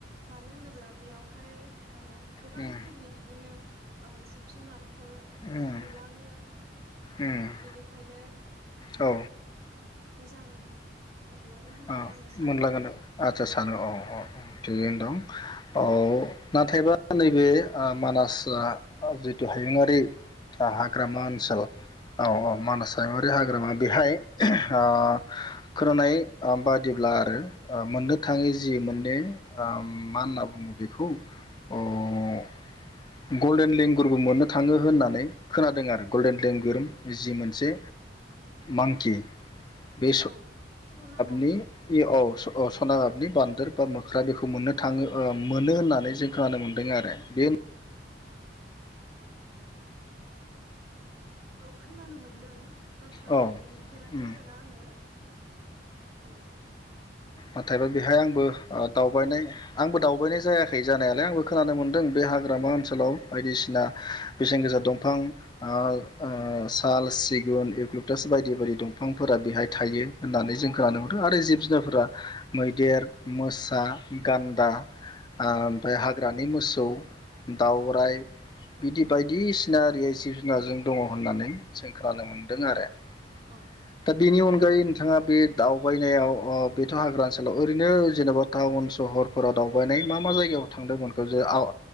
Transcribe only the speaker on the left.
उम
उम
उम
औ
अ
मोनलागोननो
आचसा सानो औ औ औ थिगैनो दं । औ नाथायबा नैबे मानास जिथु हायुङारि हाग्रामा ओनसोल औ औ मानास हमारि हाग हाग्रामा बेहाय ओ खोनानाय ओ बादिब्ला आरो ओ मोननो थाङै जि मोने ओ मा होनना बुङो बेखौ ओ गल्डेन लेंगुरबो मोननो थाङो होननानै खोनादों आरो गल्डेन लेंगुर जि मोनसे मांकि बे
औ । औ सनागाबनि बान्दोर बा मोख्रा बेखौ मोननो थाङो
मोनो होननानै जों खोनानो मोनदों आरो बे
औ
उम
नाथायबा बेहाय आंबो दावबायनाय जायाखै जानायालाय आंबो खोनानो मोन्दों बे हाग्रामा
ओनसोलाव बायदिसिना ना बेसेन गोसा दंफां ओ ओ साल सिगुन ल्लुटास बायदि बायदि दं । बिफांफोरा बेहाय
थायो होननानै जों । खोनानो मोनदों आरो जिब जुनारफोरा मैदेर, मोसा गान्दा ओमफफ्राय हाग्रानि मोसौ दावरायाइ
बिदि
बायदिसिना आरि जिब जुनारजों दङ' होननानै जों खोनानो मोनदों दों आरो ।
दा बेनि अनगायै
नोंथाङा बे दावबायनायाव ओ बेथ' हाग्रा ओनसोलाव ओरैनो जेन'बा टाउन सहरफोराव दावबायनाय मा मा जायगायाव थांदोमोनखो जे आउ